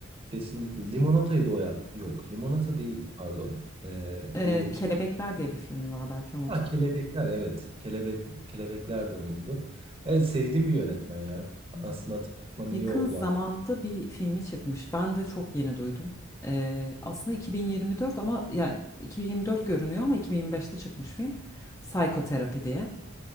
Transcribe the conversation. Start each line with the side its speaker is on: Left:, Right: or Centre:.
Right: Kesinlikle. Limonata'yı da o yap. Yok limonata değildi pardon. Ee, bu
Left: Ee, Kelebekler diye bir filmi var belki onu hatırlıyorum.
Right: ha, kelebekler evet. Kelebek, kelebekler de onundu. Evet sevdiğim bir yönetmen ya. Aslında
Left: Evet.
Right: hatırlatman
Left: Yakın
Right: iyi oldu.
Left: zamanda bir filmi çıkmış. Ben de çok yeni duydum. Ee, aslında 2024 ama yani 2024 görünüyor ama 2025'te çıkmış film. Psikoterapi diye.